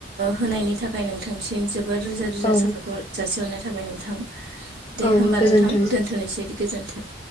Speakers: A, on the right; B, on the left.
A: होनायनि थाखाय नोंथांसिम जोबोर रोजा रोजा
B: औ
A: साबायखर जासिहरनाय था थाबाय नोंथां। दे
B: औ
A: होमबा
B: गोजोन्थों
A: नोंथां दोन्थ'नोसै गोजोन्थों।